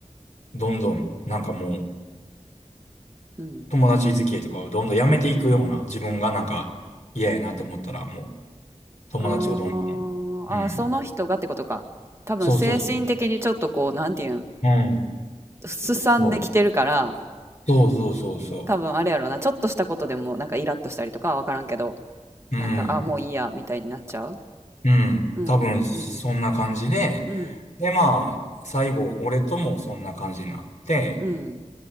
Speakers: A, on the left; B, on the right.
A: どんどん、なんかもう、
B: うん
A: 友達付き合いとかをどんどんやめていくような、自分がなんか、嫌やなと思ったら、もう、友達をどんどん、
B: ああーあー、
A: うん。
B: その人がってことか。多分精神的にちょっとこう、
A: そうそうそう。
B: なんていうん、
A: うん。
B: すさんできてるから、
A: そう。そうそうそうそ
B: 多分あれやろうな、ちょっとしたことでもなんかイラッとしたりとかはわからんけど、
A: う。
B: なんか、
A: うん。
B: あ、もういいや、みたいになっちゃう。
A: うん。
B: うんうんうん。
A: 多分、そんな感じで、
B: うん
A: で、まあ、最後、俺ともそんな感じになって、
B: うん